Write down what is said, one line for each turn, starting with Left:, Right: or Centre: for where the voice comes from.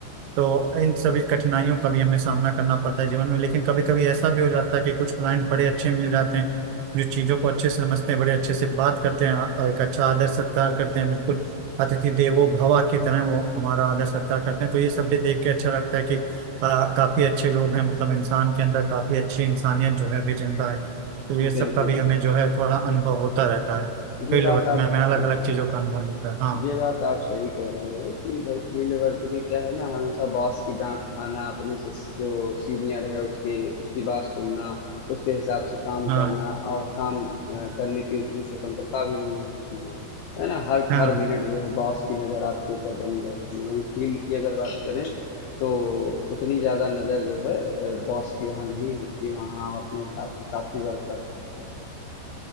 Right: तो इन सभी कठिनाइयों का भी हमें सामना करना पड़ता है जीवन में लेकिन कभी कभी ऐसा भी हो जाता है कि कुछ क्लाइंट बड़े अच्छे मिल जाते हैं जो चीजों को अच्छे से समझते हैं बड़े अच्छे से बात करते हैं और एक अच्छा आदर सत्कार करते हैं बिल्कुल अतिथि देवो भवा की तरह वो हमारा आदर सत्कार करते हैं तो ये सब भी देख के अच्छा लगता है कि आ, काफी अच्छे लोग हैं मतलब इंसान के अंदर काफी अच्छी इंसानियत जो है अभी जिंदा है तो ये सब
Left: बिल्कुल,
Right: का भी हमें जो है थोड़ा अनुभव होता रहता है
Left: ये
Right: फील्ड
Left: बात
Right: वर्क
Left: आप
Right: में हमें अलग
Left: हाँ।
Right: अलग चीजों का अनुभव होता है हाँ
Left: ये बात आप सही कह रहे हो कि भाई फील्ड वर्क में क्या है ना हमेशा बॉस की डांट खाना अपने से जो सीनियर है उसके उसकी बात सुनना उसके हिसाब से काम
Right: हाँ
Left: करना और काम अ, करने की उतनी स्वतंत्रता भी नहीं होती है है ना हर
Right: हाँ
Left: हर मिनट जो है बॉस की नज़र आपके ऊपर बनी रहती है वहीं फील्ड की अगर बात करें तो उतनी ज़्यादा नज़र जो है बॉस की वहाँ नहीं होती वहाँ हम अपने हिसाब से काफ़ी वर्क कर सकते हैं